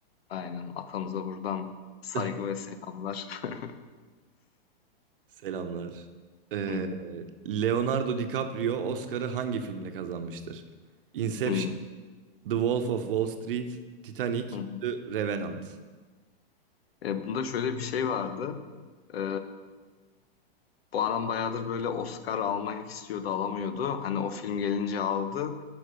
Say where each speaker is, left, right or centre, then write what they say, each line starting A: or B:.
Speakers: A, on the left; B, on the right.
A: Aynen. Atamıza buradan saygı
B: <laughs>
A: ve selamlar. <laughs>
B: Selamlar. Ee,
A: Hmm,
B: Leonardo DiCaprio Oscar'ı hangi filmle kazanmıştır? Inception.
A: hmm,
B: The Wolf of Wall Street, Titanic,
A: hmm.
B: The Revenant.
A: E, bunda şöyle bir şey vardı. Ee, bu adam bayağıdır böyle Oscar almak istiyordu, alamıyordu. Hani o film gelince aldı.